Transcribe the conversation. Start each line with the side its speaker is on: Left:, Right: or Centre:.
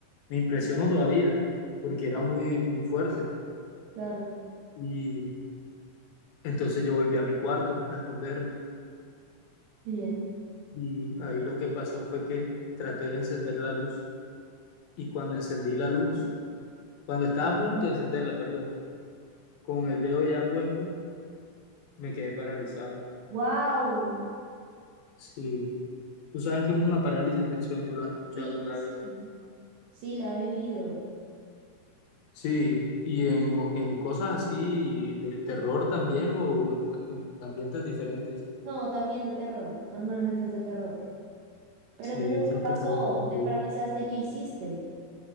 Left: me impresionó todavía, porque era muy, muy fuerte.
Right: claro,
Left: Y entonces yo volví a mi cuarto a esconderme.
Right: bien.
Left: Y ahí lo que pasó fue que traté de encender la luz. Y cuando encendí la luz, cuando estaba a punto de encenderla, perdón, con el dedo ya puesto, me quedé paralizado.
Right: Wow.
Left: Sí, tú sabes que es una parálisis del sueño, ¿lo has escuchado
Right: Sí,
Left: alguna
Right: sí,
Left: vez?
Right: sí, la he vivido.
Left: Sí, y en, en cosas así de terror también o en, en ambientes diferentes.
Right: No, también de terror, normalmente es de terror. Pero
Left: Sí,
Right: entonces,
Left: esas
Right: ¿qué
Left: pesadillas
Right: pasó?
Left: son horribles.
Right: ¿Te paralizaste y qué hiciste?